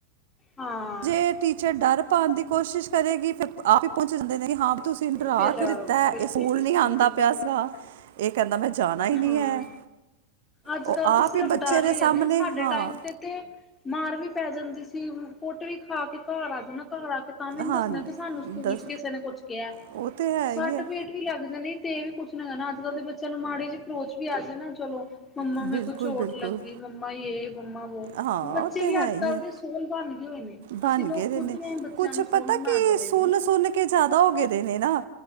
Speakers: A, on the left; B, on the right.
A: ਹਾਂ
B: ਜੇ ਟੀਚਰ ਡਰ ਪਾਉਣ ਦੀ ਕੋਸ਼ਿਸ਼ ਕਰੇਗੀ ਫਿਰ ਆਪ ਹੀ ਪਹੁੰਚ ਜਾਂਦੇ ਨੇ ਹਾਂ ਤੁਸੀਂ ਡਰਾ
A: ਫਿਰ
B: ਕਿਉਂ ਦਿੱਤਾ ਹੈ
A: ਬਿਲਕੁਲ
B: ਇਹ ਸਕੂਲ
A: ਬਿਲਕੁਲ
B: ਨੀ ਆਉਂਦਾ
A: ਬਿਲਕੁਲ
B: ਪਿਆ ਸੀਗਾ ਇਹ ਕਹਿੰਦਾ ਮੈਂ ਜਾਣਾ ਹੀ ਨਹੀਂ
A: ਹਾਂ
B: ਹੈ
A: ਅੱਜ
B: ਉਹ
A: ਕੱਲ
B: ਆਪ
A: ਤੇ ਸਿਰਫ
B: ਹੀ ਬੱਚੇ
A: ਡਰ
B: ਦੇ
A: ਹੀ
B: ਸਾਹਮਣੇ
A: ਰਹੇਣੇ ਸਾਡੇ
B: ਹਾਂ
A: ਟਾਈਮ ਤੇ ਤੇ ਮਾਰ ਵੀ ਪੈ ਜਾਂਦੀ ਸੀ ਕੁੱਟ ਵੀ ਖਾ ਕੇ ਘਰ ਆ ਜਾਂਣਾ ਘਰ ਆ ਕੇ ਤਾਂ ਵੀ ਨੀ
B: ਹਾਂ
A: ਦੱਸਣਾ ਕਿ ਸਾਨੂੰ ਸਕੂਲ
B: ਦੱਸ
A: ਚ ਕਿਸੇ ਨੇ ਕੁਛ ਕਿਹਾ
B: ਉਹ ਤੇ ਹੈ
A: ਸੱਟ
B: ਹੀ ਹੈ
A: ਪੇਟ ਵੀ ਲੱਗ ਜਾਣੀ ਤੇ ਇਹ ਵੀ ਕੁਛ ਨਾ ਹੈਣਾ ਅੱਜ ਕੱਲ ਦੇ ਬੱਚਿਆਂ ਨੂੰ ਮਾੜੇ ਚ ਖਰੋਚ ਵੀ ਆ ਜਾਏ ਨਾ ਚਲੋ ਮੰਮਾ
B: ਬਿਲਕੁਲ
A: ਮੇਰੇ ਕੋ ਚੋਟ
B: ਬਿਲਕੁਲ
A: ਲੱਗੀ ਮੰਮਾ ਯ ਮੰਮਾ ਵੋ
B: ਹਾਂ
A: ਬੱਚੇ
B: ਉਹ ਤੇ
A: ਵੀ
B: ਹੈ
A: ਅੱਜ
B: ਹੀ
A: ਕੱਲ੍ਹ
B: ਹੈ
A: ਦੇ ਸੂਲ ਬਣ ਗਏ ਹੋਏ ਨੇ
B: ਬਣ
A: ਅਸੀਂ ਲੋਕ
B: ਗਏ ਦੇ
A: ਖੁਦ
B: ਨੇ
A: ਬੱਚਿਆਂ
B: ਕੁਛ
A: ਨੂੰ ਸੋਲ
B: ਪਤਾ
A: ਬਣਾਉਣ
B: ਕੀ
A: ਵਾਲੇ
B: ਸੁਨ
A: ਵੀ ਨੇ
B: ਸੁਨ ਕੇ ਜ਼ਿਆਦਾ ਹੋ ਗਏ ਦੇ ਨੇ ਨਾ